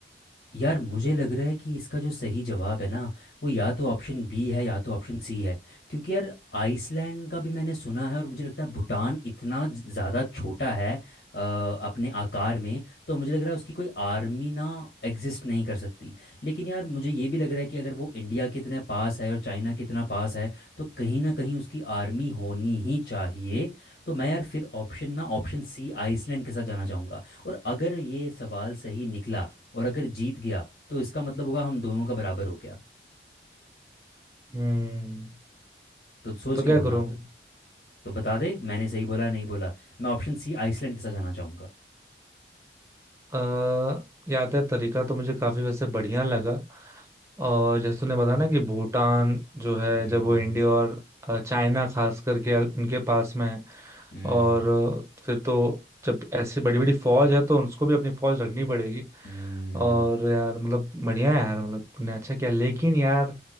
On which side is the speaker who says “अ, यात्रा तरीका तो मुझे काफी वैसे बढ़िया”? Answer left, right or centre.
Right